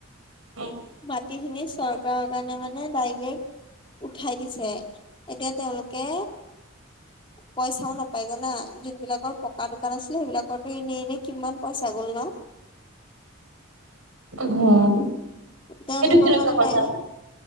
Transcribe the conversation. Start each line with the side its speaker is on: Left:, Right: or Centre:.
Right: অ <unintelligible>
Left: মাটি খিনি চৰকাৰৰ কাৰণে মানে ডাইৰেক্ট উঠাই দিছে এতিয়া তেওঁলোকে
Right: <inaudible>
Left: পইচাও নাপাই জানা, যোন বিলাকৰ পকা দোকান আছিলে সেইবিলাকতো এনেই এনেই কিমান পইচা গ'ল ন।
Right: <unintelligible>
Left: তেওঁলোকৰ
Right: এইটো কেনেকুৱা
Left: মানে
Right: কথা?
Left: নাই,